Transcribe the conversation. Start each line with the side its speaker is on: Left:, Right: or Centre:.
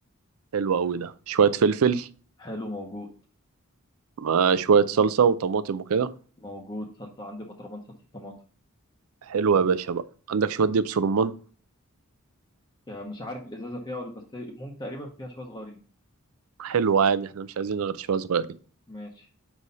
Right: حلو أوي ده شوية فلفل
Left: حلو موجود
Right: مع شوية صلصة وطماطم وكده
Left: موجود صلصه عندي بطرمان صلصه طماطم
Right: حلو يا باشا بقى عندك شوية دبس رمان
Left: يعني مش عارف الازازه فيها ولا بس المهم تقريبا فيها شويه صغيرين
Right: حلو عادي احنا مش عايزين غير شوية صغيرين
Left: ماشي